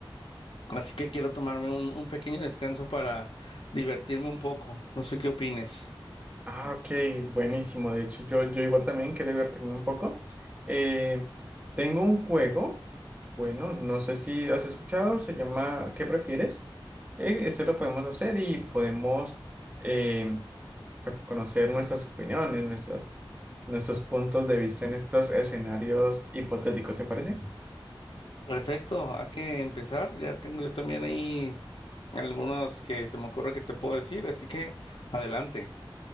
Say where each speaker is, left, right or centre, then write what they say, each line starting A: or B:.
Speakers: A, on the left (about 80°); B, on the right (about 20°).
A: así que quiero tomarme un, un pequeño descanso para divertirme un poco. No sé qué opines.
B: Ah, ok, buenísimo. De hecho, yo, yo igual también quiero divertirme un poco. Eh, tengo un juego, bueno, no sé si has escuchado, se llama ¿Qué prefieres? Eh, este lo podemos hacer y podemos eh, pues, conocer nuestras opiniones, nuestras, nuestros puntos de vista en estos escenarios hipotéticos, ¿se parece?
A: Perfecto, hay que empezar. Ya tengo yo también ahí algunos que se me ocurre que te puedo decir, así que adelante.